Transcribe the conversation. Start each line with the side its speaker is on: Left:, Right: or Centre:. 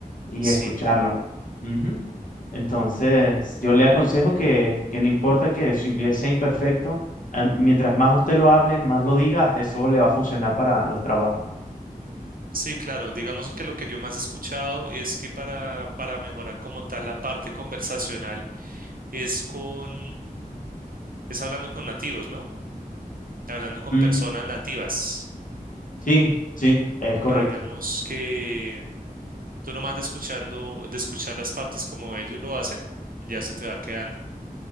Left: y
Right: Sí.
Left: escucharlo. Ujú. Entonces, yo le aconsejo que, que no importa que su inglés sea imperfecto, eh, mientras más usted lo hable, más lo diga, eso le va a funcionar para los trabajos.
Right: Sí, claro. Digamos que lo que yo más he escuchado es que para, para mejorar como tal la parte conversacional es con, es hablando con nativos, ¿no? Hablando con
Left: Mm,
Right: personas nativas.
Left: sí, sí. Es correcto.
Right: Que digamos que tú nomás de escuchando, de escuchar las partes como ellos lo hacen, ya se te va quedando,